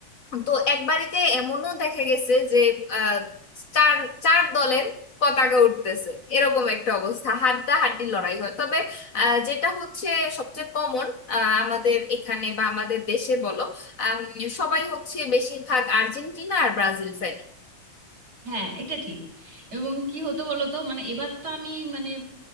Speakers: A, on the left; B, on the right.
A: তো এক বাড়িতে এমনও দেখা গেছে যে আহ, চার চার দলের পতাকা উঠতেছে এরকম একটা অবস্থা হাড্ডা হাড্ডি লড়াই হয় তবে আহ, যেটা হচ্ছে সবচেয়ে কমন আমাদের এখানে বা আমাদের দেশে বলো আম, সবাই হচ্ছে বেশিরভাগ আর্জেন্টিনা আর ব্রাজিল ফ্যান
B: হ্যাঁ এটা ঠিক এবং কি হতো বলতো মানে এবার তো আমি মানে